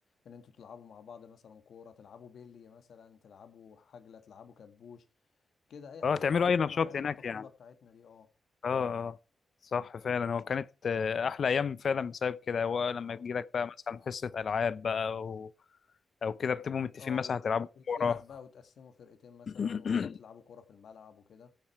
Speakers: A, on the left; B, on the left.
A: ان انتوا تلعبوا مع بعض مثلا كوره تلعبوا بيلي مثلا تلعبوا حجله تلعبوا كبوش كده اي حاجه
B: اه تعملوا
A: من الالعاب اللي
B: اي
A: احنا
B: نشاط
A: كنا بنلعبها ايام
B: هناك
A: الطفوله
B: يعني
A: بتاعتنا دي اه
B: اه اه صح فعلا هو كانت آه، احلى ايام فعلا بسبب كده هو لما
A: اه
B: يجي لك بقى مثلا حصه العاب بقى او او كده بتبقوا متفقين
A: اه
B: مثلا
A: وت-
B: هتلعبوا
A: والفرق
B: كوره
A: بقى وتقسموا فرقتين مثلا
B: <coughs>
A: وتقعدوا تلعبوا
B: <clears throat>
A: كورة في الملعب وكده